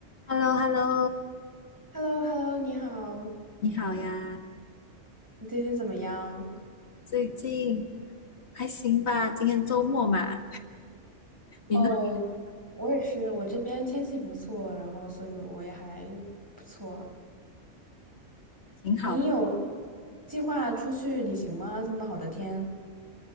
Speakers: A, on the left; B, on the right.
A: h e l l o h e l l o
B: h e l l o h e l l o 你好，
A: 你好呀，
B: 你最近怎么样？
A: 最近还行吧？今天周末嘛，你呢？
B: 哦，我也是，我这边天气不错，然后所以我也还不错。
A: 挺好，
B: 你有计划出去旅行吗？这么好的天。